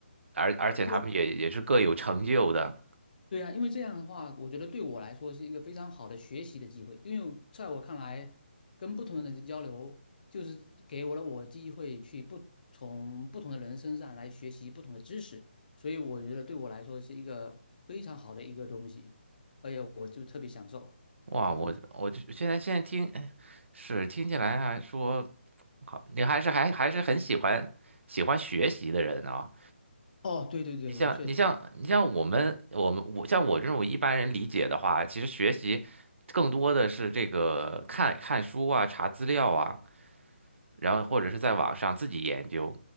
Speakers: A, on the right; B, on the left.
A: 而而且他们也也是各有成就的。
B: 因为对呀，因为这样的话，我觉得对我来说是一个非常好的学习的机会。因为在我看来，跟不同的人交流，就是给我了我机会去不从不同的人身上来学习不同的知识，所以我觉得对我来说是一个非常好的一个东西，而且我就特别享受这个东西。
A: 哇，我我就现在现在听，是听起来还说好，你还是还还是很喜欢喜欢学习的人啊。
B: 嗯哦，对对对，
A: 你像你像你像我们我们我像我这种一般人理解的话，
B: 我确实，
A: 其实学习更多的是这个看看书啊、查资料啊，然后或者是在网上自己研究。